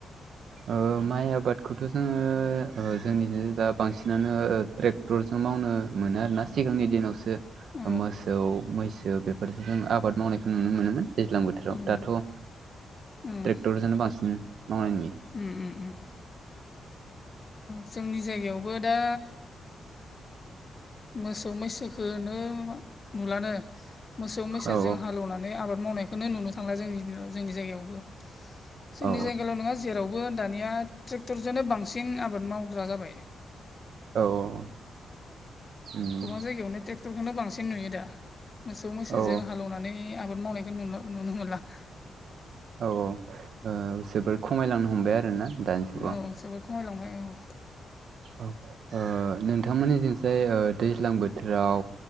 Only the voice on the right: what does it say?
ओ माइ आबादखौथ' जोंङो जोंनि दा बांसिनानो ट्रेक ट्रेक्टरजों मावनो मोनो आरोना सिगांनि दिनावसो
मोसौ मैसो बेफोरजों जों आबाद मावनायखौ नुनो मोनोमोन दैज्लां बोथोराव
दाथ' ओ
ट्रेक्टरजोंनो बांसिन मावनायनि
औ
औ
औ औ औ उम
औ
औ औ ओ जोबोर खमायलांनो हमबाय आरो ना दानि जुगाव
ओ नोंथांमोननिजिंसाय ओ दैज्लां बोथोराव